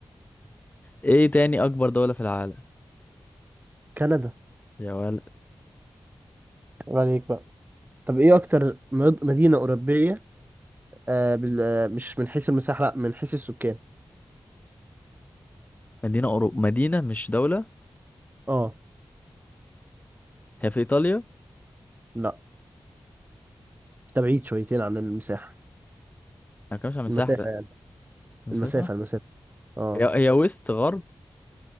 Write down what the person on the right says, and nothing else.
كندا
قول عليك بقى طب ايه اكتر مد- مدينة أوروبية آه بال... آه، مش من حيث المساحة لا من حيث السكان
اه
لا ده بعيد شويتين عن المساحة
المسافة
يعني
المسافة المسافة اه